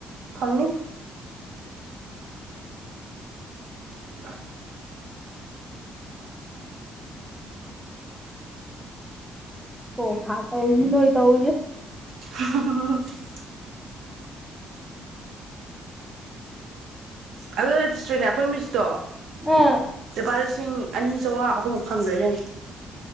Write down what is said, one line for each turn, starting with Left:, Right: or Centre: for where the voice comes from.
Right: ꯐꯪꯅꯤ <inaudible>
Centre: ꯊꯣꯛ ꯊꯥꯛ ꯇꯧꯔꯤꯅꯤ ꯅꯣꯢ ꯇꯧꯔꯤꯖꯦ
Right: <unintelligible> ꯑꯗꯨ ꯆꯤꯁꯇ꯭ꯔꯦꯅ ꯑꯩꯈꯣꯏ ꯃꯤꯁꯇꯣ
Centre: ꯑꯥ
Right: ꯂꯨꯄꯥ ꯂꯤꯁꯤꯡ ꯑꯅꯤ ꯆꯧꯉꯥ ꯑꯍꯨꯝꯃꯨꯛ ꯐꯪꯒ꯭ꯔꯦ ꯏꯕꯦꯝꯃ